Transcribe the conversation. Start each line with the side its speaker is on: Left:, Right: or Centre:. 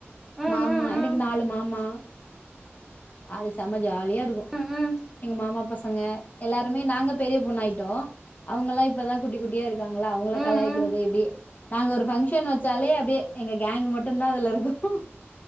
Centre: ம்
Left: மாமா
Centre: ம்
Left: எனக்கு
Centre: ம்
Left: நாலு மாமா அது சமைல் ஜாலியா இருக்கு
Centre: ம் ம்
Left: எங்க மாமா பசங் சங்க எல்லாருமே நாங்க பெரிய பொண்ணாயிட்டோ அவுங்க எல்லா இப்பதா குட்டி குட்டியா இருக்காங்களா அவுங்கள
Centre: ம்
Left: கலாயிக்கிறது
Centre: ம்
Left: இப்டி நாங்க ஒரு ஃபங்க்ஷன் வச்சாலே அப்டியே எங்க கேங்க் மட்டுதா அதுல இருக்க